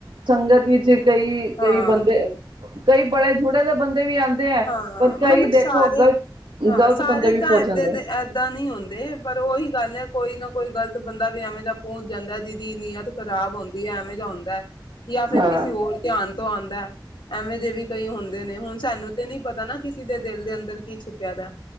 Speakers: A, on the right (about 80°); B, on the left (about 75°).
A: ਸੰਗਤ ਵਿੱਚ ਕਈ-ਕਈ
B: ਹਾਂ
A: ਬੰਦੇ ਕਈ ਬੜੇ ਜੁੜੇ ਬੰਦੇ ਵੀ ਆਉਂਦੇ ਹੈ
B: ਹਾਂ
A: ਪਰ
B: ਮਤਲਬ
A: ਕਈ ਦੇਖੋ
B: ਸਾਰੇ
A: ਗਲਤ
B: ਹਾਂ
A: ਗ਼ਲਤ
B: ਸਾਰੇ
A: ਬੰਦੇ ਵੀ
B: ਤਾਂ
A: ਪਹੁੰਚ
B: ਏਦਾਂ
A: ਜਾਂਦੇ
B: ਦੇ ਏਦਾਂ ਨੀ ਹੁੰਦੇ ਤੇ ਪਰ ਉਹੀ ਗੱਲ ਐ ਕੋਈ ਨਾ ਕੋਈ ਗ਼ਲਤ ਬੰਦਾ ਵੀ ਐਵੇਂ ਦਾ ਪਹੁੰਚ ਜਾਂਦਾ ਜਿਹਦੀ ਨੀਅਤ ਖ਼ਰਾਬ ਹੁੰਦੀ ਏ ਐਵੇਂ ਦਾ ਹੁੰਦਾ। ਜਾਂ ਫਿਰ
A: ਹਾਂ
B: ਕਿਸੇ ਹੋਰ ਧਿਆਨ ਤੋਂ ਆਉਂਦਾ ਐਵੇਂ ਦੇ ਵੀ ਕਈ ਹੁੰਦੇ ਨੇ ਹੁਣ ਸਾਨੂੰ ਤੇ ਨਹੀਂ ਪਤਾ ਨਾ ਕਿਸੇ ਦੇ ਦਿਲ ਦੇ ਅੰਦਰ ਕੀ ਛਿਪਿਆ ਵਿਆ